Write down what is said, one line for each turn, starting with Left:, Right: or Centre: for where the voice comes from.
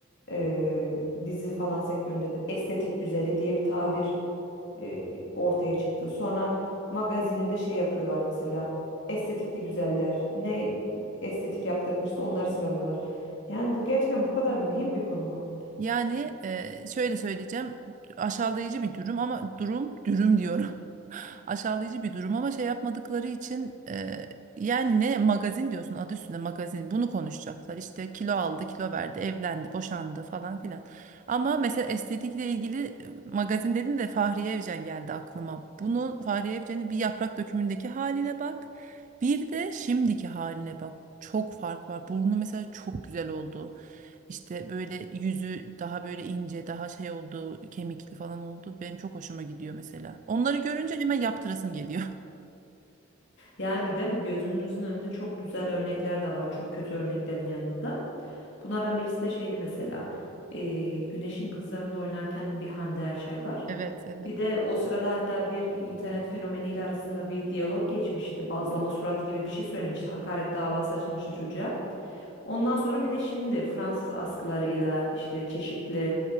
Left: e, dizi falan sektöründe de estetik güzeli diye bir tabir e, ortaya çıktı. Sonra magazinde şey yapıyorlar mesela estetikli güzeller ne estetik yaptırmışsa onları sıralıyorlar. Yani bu gerçekten bu kadar mühim bir konu mu?
Right: Yani e, şöyle söyleyeceğim aşağılayıcı bir durum ama durum dürüm diyorum. <laughs> Aşağılayıcı bir durum ama şey yapmadıkları için e, yani ne magazin diyorsun adı üstünde magazin bunu konuşacaklar işte kilo aldı kilo verdi evlendi boşandı falan filan. Ama mesela estetikle ilgili e, magazin dedin de Fahriye Evcen geldi aklıma. Bunu Fahriye Evcen'in bir yaprak dökümündeki haline bak bir de şimdiki haline bak çok fark var burnu mesela çok güzel oldu. İşte böyle yüzü daha böyle ince, daha şey oldu, kemikli falan oldu. Benim çok hoşuma gidiyor mesela. Onları görünce hemen yaptırasım geliyor. <laughs>
Left: Yani değil mi gözümüzün önünde çok güzel örnekler de var çok kötü örneklerin yanında. Bunlardan birisi de şeydi mesela e, Güneş'in Kızları'nda oynarken bir Hande Erçel var.
Right: Evet, evet.
Left: Bir de o sırada hatta bir internet fenomeniyle arasında bir diyalog geçmişti. Bazlama surat gibi bir şey söylemişti. Hakaret davası açılmıştı çocuğa. Ondan sonra bir de şimdi Fransız askılarıyla işte çeşitli